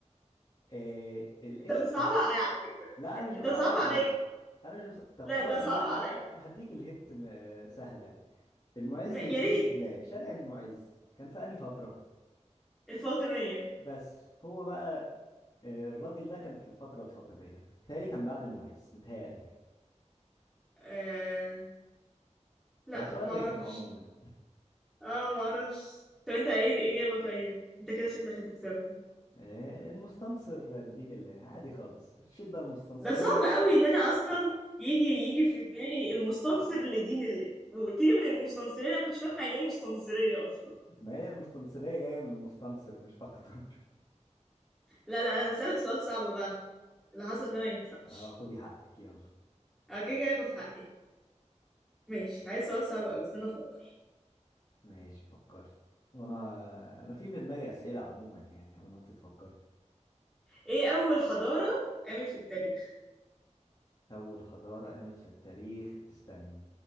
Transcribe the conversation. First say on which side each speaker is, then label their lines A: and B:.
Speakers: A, on the left; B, in the centre.
A: آه الاسم
B: انت بتصعب عليا على فكرة
A: لا انا مش
B: انت
A: بصعب
B: صعب
A: عليك
B: عليا
A: انا مش بص... طب
B: لا
A: خلاص
B: انت صعب
A: انا
B: عليا
A: انا هديك الهنت م... آه، سهل قوي المعز
B: م-
A: لدين
B: يا ريت
A: الله شارع المعز كان في انهي فتره
B: الفاطمية
A: بس هو بقى آه، الراجل ده كان في الفتره الفاطميه متهيألي كان بعد المعز متهيألي يعني
B: آه... لا
A: هو سؤال
B: ما
A: رخم
B: اعرفش
A: عموما
B: اه ما اعرفش طب انت ايه الإجابة طيب انت كده شكلك هتكسبني
A: آه، المستنصر بدين الله عادي خالص الشده المستنصريه
B: ده صعب قوي ان انا اصلا يجي يجي في دماغي المستنصر لدين الله وقلت لي من المستنصرين انا كنتش فاهمة يعني ايه مستنصرية اصلا
A: ما هي المستنصريه جايه من المستنصر مش اكتر
B: لا لا انا هسألك سؤال صعب بقى عشان اللي حصل ده ما ينفعش
A: <laughs> اه خدي حقك يلا
B: اه كده كده هاخد حقي ماشي عايز سؤال صعب قوي استنى افكر
A: ماشي فكري وانا انا في في دماغي اسئله عموما يعني على ما انت تفكري
B: ايه اول حضارة قامت في التاريخ
A: أول حضارة قامت في التاريخ استني